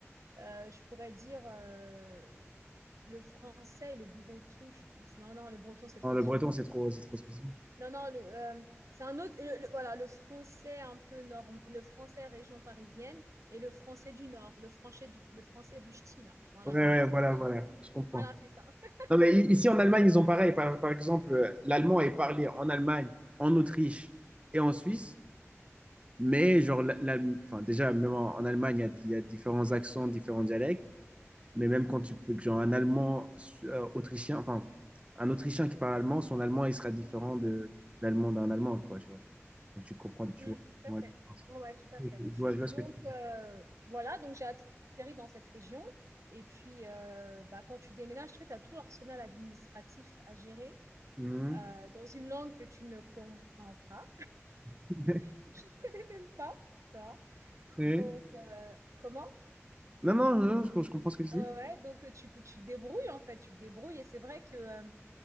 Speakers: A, on the right; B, on the right.
A: euh, je pourrais dire euh, le français et le breton, je pense. Non, non, le breton c'est trop
B: Non, le
A: différent.
B: breton, c'est trop, c'est trop spécifique.
A: Non, non, le, euh, c'est un autre. le- le- voilà, le français un peu norm, le français région parisienne et le français du Nord, le français du, le français du ch'ti, là. Voilà.
B: Ouais, ouais,
A: Et c'est
B: voilà,
A: ça.
B: voilà, je comprends.
A: Voilà, c'est ça. <laughs>
B: Non, mais i- ici en Allemagne, ils ont pareil. Par, par exemple, euh, l'allemand est parlé en Allemagne, en Autriche et en Suisse. Mais genre, la- la- enfin, déjà, même en, en Allemagne, il y a, il y a différents accents, différents dialectes. Mais même quand tu peux, que, genre, un allemand euh, autrichien, enfin, un autrichien qui parle allemand, son allemand, il sera différent de l'allemand d'un allemand, quoi, tu vois. Donc, tu comprends, tu
A: Mm,
B: vois,
A: tout
B: tu
A: à
B: vois
A: fait.
B: la différence.
A: Ouais, ouais, tout à
B: Je,
A: fait.
B: je vois, je vois
A: Donc,
B: ce que tu
A: euh, voilà, donc j'ai atterri dans cette région. Et puis, euh, bah, quand tu déménages, tu as tout l'arsenal administratif à gérer
B: Mhm.
A: euh, dans une langue que tu ne comprends pas,
B: <laughs>
A: que tu ne <laughs> connais même pas, tu vois.
B: Ouais.
A: Donc, euh, comment?
B: Non, non, non, je, je comprends ce que tu dis.
A: Ouais, ouais, donc euh, tu, tu te débrouilles en fait, tu te débrouilles et c'est vrai que euh,